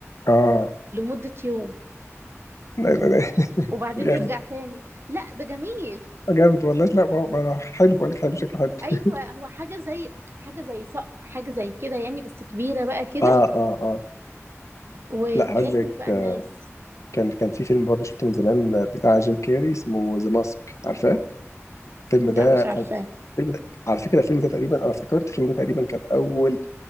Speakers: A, on the left; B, on the right.
A: اه
B: لمده يوم
A: لا لا لا
B: وبعدين
A: جامد
B: يرجع تاني لا ده جميل
A: جامد والله لا ما هو- ما هو حلو بقول لك حلو شكله حلو
B: ايوه هو حاجه زي حاجه زي صقر حاجه زي كده يعني بس كبيره بقى كده
A: اه اه اه
B: وبياكل
A: لا هقول لك
B: بقى
A: آه،
B: الناس
A: كان كان في فيلم برضه شفته من زمان آه، بتاع جيم كاري اسمه ذا ماسك عارفاه؟ الفيلم
B: لا
A: ده
B: مش عارفاه
A: الفيلم ده على فكره الفيلم ده تقريبا انا افتكرت الفيلم ده تقريبا كان اول